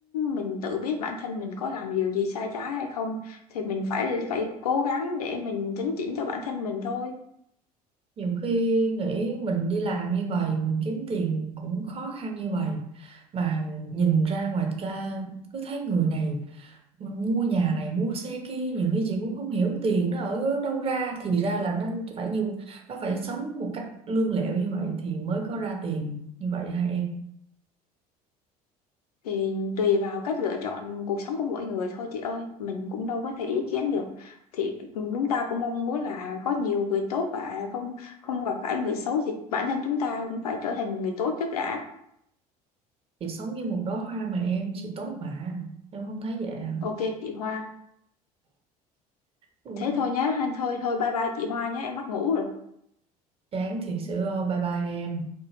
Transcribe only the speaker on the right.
nhiều khi nghĩ mình đi làm như vậy mình kiếm tiền cũng khó khăn như vậy mà nhìn ra ngoài ca cứ thấy người này mua nhà này mua xe kia nhiều khi chị cũng không hiểu tiền nó ở đâu ra thì ra là nó phải như nó phải sống một cách lương lẹo như vậy thì mới có ra tiền như vậy hả em
chị sống như một đóa hoa mà em chị tốt mà em không thấy vậy hả
Ừ,
chán thiệt sự ơi bye bye em